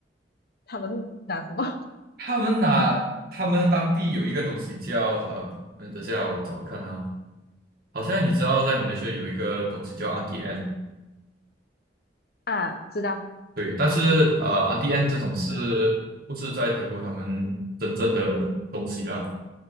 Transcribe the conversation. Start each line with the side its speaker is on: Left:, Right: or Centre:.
Left: 他们是拿什么
Right: 他们拿他们当地有一个东西叫呃，嗯等下我找看啊，好像你知道在马来西亚有一个东西叫 a n t i e n n e
Left: <laughs> 啊？知道
Right: 对，但是呃 a n t i e n n e 这种是不是在德国他们真正的东西啦？